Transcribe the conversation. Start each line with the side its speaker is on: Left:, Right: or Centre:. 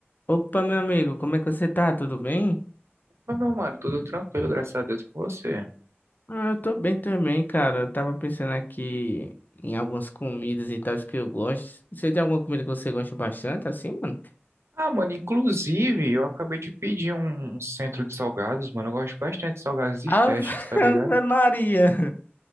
Left: Opa, meu amigo, como é que você tá? Tudo bem?
Right: Mas, meu mano, tudo tranquilo, graças a Deus, com você.
Left: Ah, eu tô bem também, cara. Eu tava pensando aqui em algumas comidas e tal que eu gosto. Você tem alguma comida que você gosta bastante, assim, mano?
Right: Ah, mano, inclusive, eu acabei de pedir um, um centro de salgados, mano. Eu gosto bastante de salgados de
Left: Ave
Right: festas, tá
Left: <laughs>
Right: ligado?
Left: Ave Maria!